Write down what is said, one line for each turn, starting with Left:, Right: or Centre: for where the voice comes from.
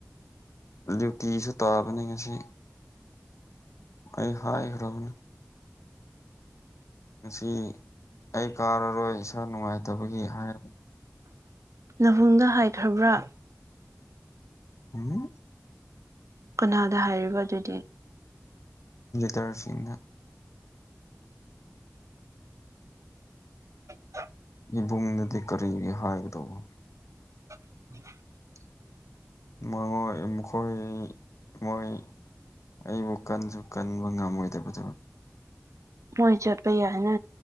Left: ꯗꯨꯌꯨꯇꯤꯁꯨ ꯇꯥꯕꯅꯤ ꯉꯁꯤ ꯑꯩ ꯍꯥꯏꯈ꯭ꯔꯕꯅꯤ ꯉꯁꯤ ꯑꯩ ꯀꯥꯔꯔꯣꯏ ꯏꯁꯥ ꯅꯨꯡꯉꯥꯏꯇꯕꯒꯤ ꯍꯥꯏ
Right: ꯅꯕꯨꯡꯅ ꯍꯥꯏꯈ꯭ꯔꯕ꯭ꯔꯥ
Left: ꯎꯝ
Right: ꯀꯅꯥꯗ ꯍꯥꯏꯔꯤꯕ ꯑꯗꯨꯗꯤ
Left: ꯇꯔꯁꯤꯡꯅ
Right: <inaudible>
Left: ꯏꯕꯨꯡꯗꯗꯤ ꯀꯔꯤꯒꯤ ꯍꯥꯏꯒꯗꯧꯕ
Right: <inaudible>
Left: ꯃꯣꯏꯉꯣꯏ ꯃꯈꯣꯏ ꯃꯣꯏ ꯑꯩꯕꯨ ꯀꯟꯁꯨ ꯀꯟꯕ ꯉꯝꯃꯣꯏꯗꯕꯗꯨ
Right: ꯃꯣꯏ ꯆꯠꯄ ꯌꯥꯏꯅ